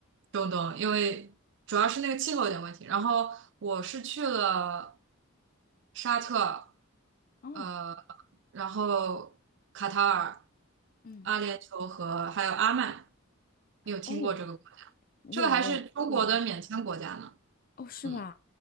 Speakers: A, on the right; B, on the left.
A: 中东，因为主要是那个气候有点问题。然后我是去了沙特，
B: 哦，
A: 呃，然后卡塔尔、
B: 嗯，
A: 阿联酋和还有阿曼，你有听过这个国家？
B: 哦，有有
A: 这个还是中国的免签国家呢。
B: 哦，是吗？
A: 嗯，